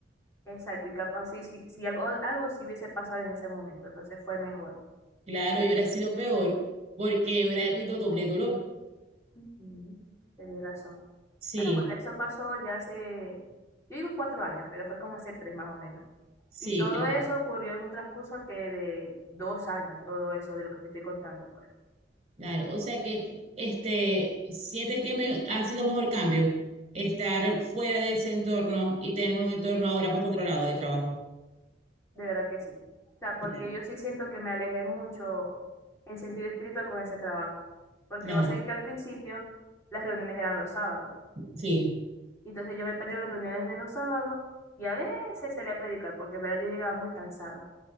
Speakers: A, on the left (about 15°); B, on the right (about 35°).
A: Exacto, y capaz sí, sí, sí, algo, algo sí hubiese pasado en ese momento, entonces fue mejor.
B: Claro, y hubiera sido peor, porque hubiera habido doble dolor.
A: Ujú, Tenéis razón.
B: Sí,
A: Pero bueno, eso pasó ya hace, yo digo cuatro años, pero fue como hace tres más o menos.
B: sí,
A: Y todo
B: claro.
A: eso ocurrió en un transcurso que de dos años, todo eso de lo que te estoy contando, pues.
B: Claro, o sea que este, sientes que me- ha sido mejor cambio estar fuera de ese entorno y tener un entorno ahora más controlado de trabajo.
A: De verdad que sí. O sea,
B: Claro.
A: porque yo sí siento que me alejé mucho en sentido espiritual con ese trabajo. Porque
B: Claro,
A: vos sabés que al principio las reuniones eran los sábados.
B: sí,
A: Y entonces yo me perdí las reuniones de los sábados y a veces salía a predicar, porque en verdad yo llegaba muy cansada.